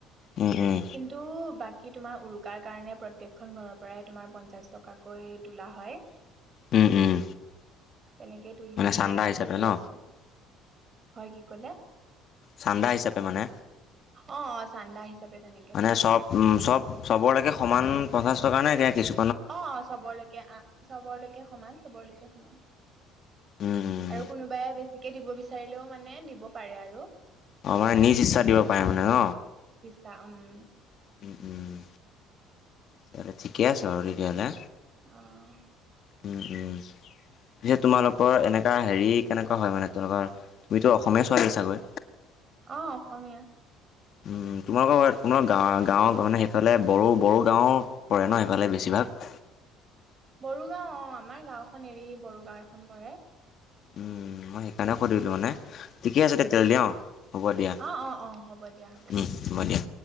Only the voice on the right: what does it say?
কিন্তু বাকী তোমাৰ উৰুকাৰ কাৰণে প্ৰত্যেকখন ঘৰৰ পৰাই তোমাৰ পঞ্চাশ টকাকৈ তোলা হয়।
তেনেকে তুলিয়েই
মানে
চলি
আছে, হয় কি ক'লে?
অ চান্দা হিচাপে তেনেকে
চলা
হয়
অ', চবলৈকে আ চবৰলৈকে সমান চবৰলৈকে সমান।
আৰু কোনোবাই বেছিকে দিব বিচাৰিলেও মানে দিব পাৰে আৰু।
তা উম।
অ'।
অ', অসমীয়া।
বড়ো গাওঁ অ' আমাৰ গাঁওখন এৰি বড়ো গাওঁ এখন পৰে।
উম
অ অ অ হ'ব দিয়া হ'ব দিয়া